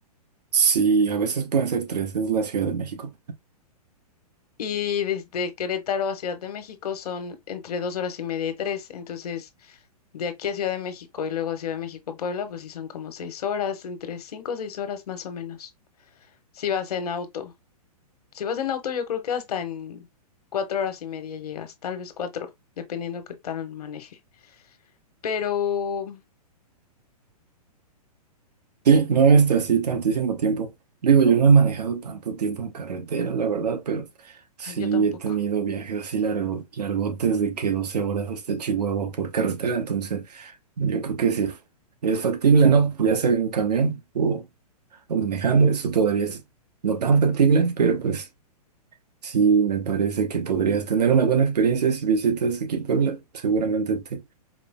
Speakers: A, on the right; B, on the left.
A: Sí, a veces pueden ser tres, es la Ciudad de México.
B: Y desde Querétaro a Ciudad de México son entre dos horas y media y tres. Entonces, de aquí a Ciudad de México y luego Ciudad de México a Puebla, pues sí son como seis horas, entre cinco o seis horas más o menos. Si vas en auto. Si vas en auto, yo creo que hasta en cuatro horas y media llegas, tal vez cuatro, dependiendo qué tal maneje. Pero
A: Sí, no está así tantísimo tiempo. Digo, yo no he manejado tanto tiempo en carretera, la verdad, pero sí
B: ay, yo tampoco.
A: he tenido viajes así largo, largotes de que 12 horas hasta Chihuahua por carretera, entonces yo creo que sí, es factible, ¿no? Ya sea en camión o, o manejando, eso todavía es no tan factible, pero pues sí me parece que podrías tener una buena experiencia si visitas aquí Puebla, seguramente te,